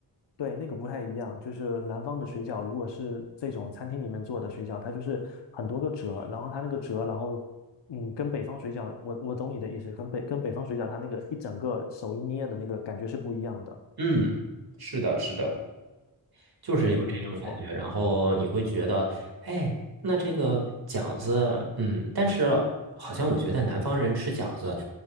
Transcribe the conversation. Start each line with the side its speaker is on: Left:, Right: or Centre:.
Left: 对那个不太一样，就是南方的水饺，如果是这种餐厅里面做的水饺，它就是很多个折，然后它那个折，然后嗯，跟北方水饺，我我懂你的意思，跟北跟北方水饺，它那个一整个手一捏的那个感觉是不一样的。
Right: 嗯，是的，是的。就是有这种感觉，
Left: 嗯，没错。
Right: 然后你会觉得，哎，那这个饺子，嗯，但是好像我觉得南方人吃饺子